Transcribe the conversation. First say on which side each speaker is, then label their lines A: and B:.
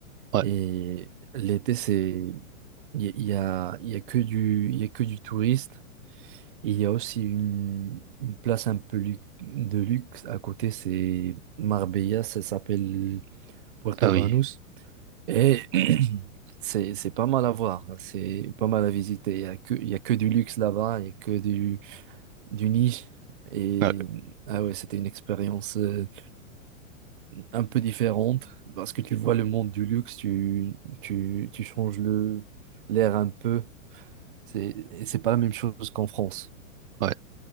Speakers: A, on the right; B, on the right.
A: ouais.
B: et l'été, c'est il y, a, il y a il y a que du il y a que du touriste. Et Il y a aussi une, une place un peu lu- de luxe à côté, c'est Marbella, ça s'appelle Puerto
A: Ah oui.
B: Banús et <clears throat> c'est c'est pas mal à voir, c'est pas mal à visiter. Il y a que il y a que du luxe là-bas, il y a que du du nid. Et
A: Ouais,
B: ah ouais, c'était une expérience euh, un peu différente parce que tu vois le monde du luxe, tu, tu, tu changes le l'air un peu. C'est, et c'est pas la même chose qu'en France.
A: ouais.